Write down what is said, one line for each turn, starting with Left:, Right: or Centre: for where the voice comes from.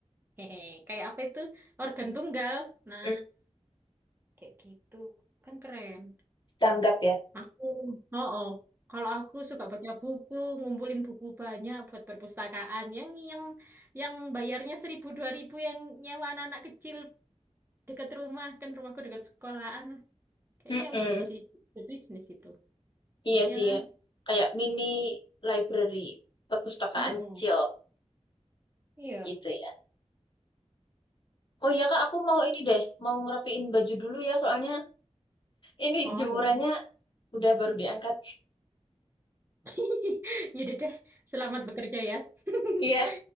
Right: hehe kayak apa itu organ tunggal nah
Left: Mm,
Right: kayak gitu kan keren
Left: Tanggap ya.
Right: aku oh oh kalau aku suka baca buku ngumpulin buku banyak buat perpustakaan yang yang yang bayarnya seribu dua ribu yang nyewa anak-anak kecil dekat rumah kan rumahku dekat sekolahan kayaknya
Left: Mm-mm.
Right: udah jadi bisnis itu
Left: Iya
Right: ya
Left: sih
Right: kan
Left: ya. Kayak mini library, perpustakaan
Right: Mm-mm.
Left: kecil
Right: Iya.
Left: gitu ya. Oh iya Kak, aku mau ini deh, mau ngerapiin baju dulu ya soalnya Ini
Right: Oh
Left: jemurannya
Right: ya. udah.
Left: udah baru diangkat.
Right: <laughs> Yaudah deh. Selamat bekerja ya. <laughs>
Left: Iya,